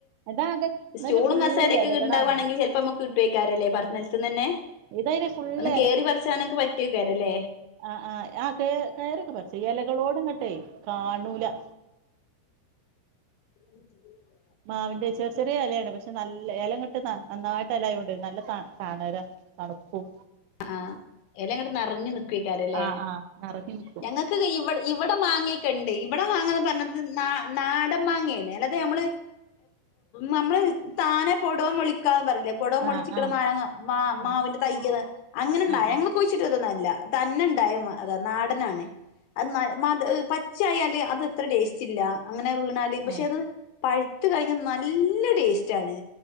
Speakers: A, on the right; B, on the left.
A: ഇതാകെ ഇതിന്
B: സ്റ്റൂളും
A: ഫുള്ള്
B: കസാരയൊക്കെക്കെ
A: ഇലകളാണ്
B: ഉണ്ടാവുവാണെങ്കിൽ
A: ഈ-
B: ചിലപ്പോ നമ്മുക്ക് കിട്ടുവായിരുക്കുവല്ലേ പറ നിലത്തന്ന് തന്നെ
A: ഇതതിന് ഫുള്ള്
B: ഒന്ന് കേറി പറിച്ചാനൊക്കെ പറ്റുവ വെക്കാരല്ലേ
A: ആഹ് ആഹ് ആത് കേറിയൊക്കെ പറിചോ ഇലകളോടങ്ങ ട്ടെ കാണൂല
B: <inaudible>
A: മാവിന്റെ ചെ ചെറിയ ഇലയാണ് പക്ഷെ നല്ല ഇലങ്ങാട്ട് ന നല്ലയായിട്ട് ഇലയായോണ്ട് നല്ല തന്ന തണലാ തണുപ്പും
B: ആഹ് എല ഇങ്ങട്ട നറഞ്ഞ് നിക്ക്യാക്കല്ലേ
A: ആഹ് ആഹ് നറഞ്ഞു നിക്കും
B: ഞങ്ങക്ക് ഇവ ഇവ് ഇവിടെ മാങ്ങൊക്കെ ഉണ്ട് ഇവിടെ മാങ്ങന്ന് പറഞ്ഞത് ന നാടൻ മാങ്ങയാണ് അല്ലാതെ നമ്മള് നമ്മള് താനെ പൊടവാൻ വിളിക്കാന്ന് പറ വേ പൊടൊ മുളിച്ചിക്കണ
A: ആഹ് ആഹ്
B: മങ്ങ മാ മാവിന്റെ
A: ആഹ്
B: തയ്യത് അങ്ങനെണ്ടാ
A: ആഹ്
B: ഞങ്ങള്
A: ആഹ്
B: കുയ്ച്ചിട്ടൊന്നുല്ല തന്നെണ്ട് ഡയമ് അതാ നാടന ആണ് അത് ന മധു പച്ച ആയല് അത് അത്ര ടേസ്റ്റ് ഇല്ല അങ്ങനെ വീണാൽ പക്ഷെ
A: ഏഹ്
B: അത് പഴുത്ത് കഴിഞ്ഞാ നല്ല ടേസ്റ്റാണ്